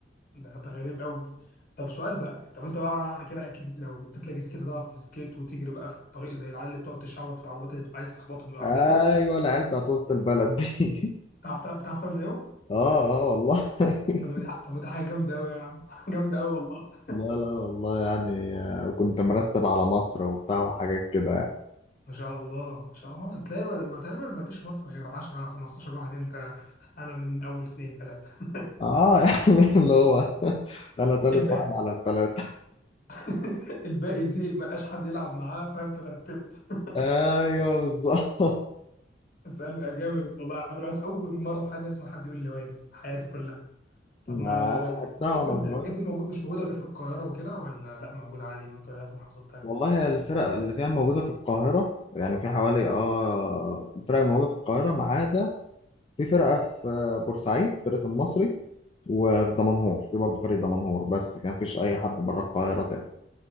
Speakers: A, on the left (about 45°); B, on the left (about 30°).
A: ده ده غريب قوي طب سؤال بقى طب انت بقى انا كده اكيد لو اديت لك سكيت هتعرف تسكيت وتجري بقى في الطريق زي العيال اللي بتقعد تشعوط في العربيات اللي بتبقى عايز تخبطهم بالعربيه
B: ايوه
A: دول
B: العيال بتاعت وسط البلد دي <laughs>
A: بتعرف بتعرف تعمل زيهم
B: اه اه والله <laughs>
A: طب ما دي طب ما دي حاجه جامده قوي يا عم <laughs> جامده قوي والله
B: لا لا والله يعني آه، كنت مرتب على مصر وبتاع وحاجات كده يعني
A: ما شاء الله ما شاء الله تلاقي ما ما- تقريبا ما فيش في مصر غير 10 15 واحد انت انا من اول اثنين ثلاثه
B: اه <laughs> يعني اللي هو انا تالت
A: <laughs> الباقي
B: واحد على التلاتة
A: <laughs> الباقي زي ما لقاش حد يلعب معاه فانت ترتبت <laughs>
B: <laughs> ايوه بالظبط
A: اسال جامد والله يا عم ناس اول مره في حياتي اسمع حد يقول لي وادي في حياتي كلها طب
B: ما
A: ما
B: انا لعبتها
A: دي
B: وانا
A: اصلا
B: صغير
A: الحاجات دي موجود مش موجوده غير في القاهره وكده ولا لا موجوده عادي ممكن الاقيها في محافظات تانيه
B: والله الفرق اللي فيها موجودة في القاهرة يعني في حوالي اه الفرق موجودة في القاهرة ما عدا في فرقة في بورسعيد فرقة المصري وفي دمنهور في برضه فريق دمنهور بس كان مفيش أي حد بره القاهرة تاني